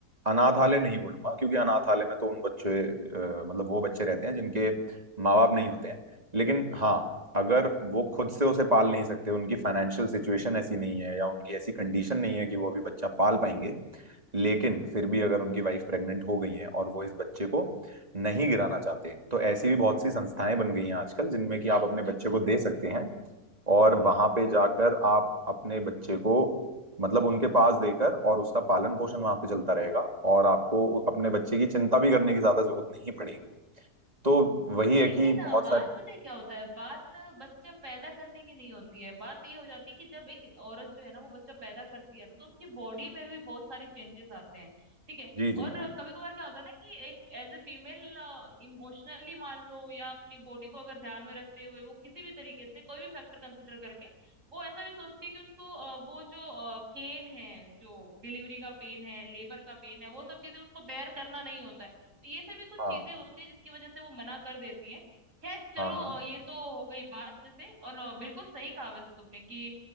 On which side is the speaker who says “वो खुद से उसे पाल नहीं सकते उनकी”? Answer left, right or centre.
Right